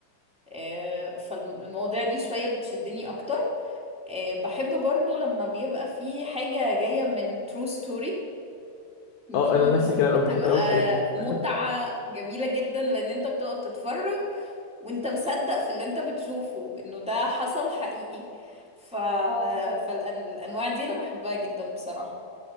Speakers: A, in the centre; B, on the left (about 65°).
A: آه، فالمواضيع دي شوية بتشدني أكتر آه، بحب برضو لما بيبقى في حاجة جاية من true story دي
B: اه انا نفس الكلام قوي
A: بتبقى
B: بحب قوي الحاجات دي
A: متعة
B: <laughs>
A: جميلة جدا لأن أنت بتبقى بتتفرج وأنت مصدق في اللي أنت بتشوفه إنه ده حصل حقيقي ف... فالأنواع دي أنا بحبها جدا بصراحة